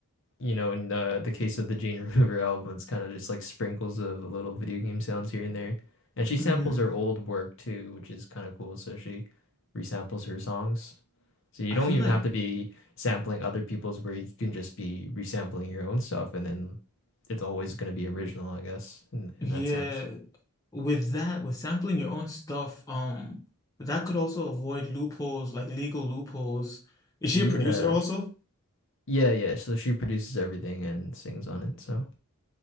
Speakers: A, on the left; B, on the left.
A: you know, in the the case of the Jane <laughs> Remover album, it's kind of just like sprinkles of little video game sounds here and there. And she samples
B: Mm,
A: her old work too, which is kind of cool. So she resamples her songs. So you
B: I
A: don't
B: feel
A: even
B: like,
A: have to be sampling other people's where you can just be resampling your own stuff and then it's always going to be original, I guess, in
B: yeah,
A: in that sense.
B: with that, with sampling your own stuff, um, that could also avoid loopholes, like legal loopholes. Is she
A: Yeah.
B: a producer also?
A: Yeah, yeah. So she produces everything and sings on it. So,